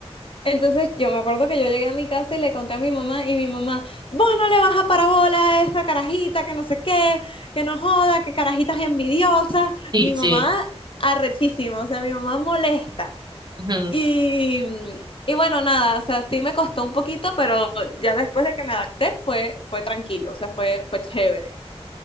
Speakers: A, on the left (about 55°); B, on the right (about 40°).
A: Entonces yo me acuerdo que yo llegué a mi casa y le conté a mi mamá y mi mamá, vos no le vas a parabola a esa carajita que no sé qué, que no joda, que carajitas envidiosas.
B: sí,
A: Mi
B: sí.
A: mamá arrechísima, o sea, mi mamá molesta.
B: ujú,
A: Y,
B: ok,
A: y bueno, nada, o sea, sí me costó un poquito, pero ya después de que me adapté fue, fue tranquilo, o sea, fue, fue chévere.